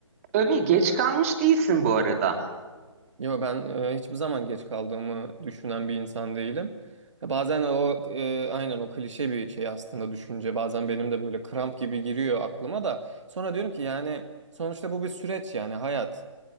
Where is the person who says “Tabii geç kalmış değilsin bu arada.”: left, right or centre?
Right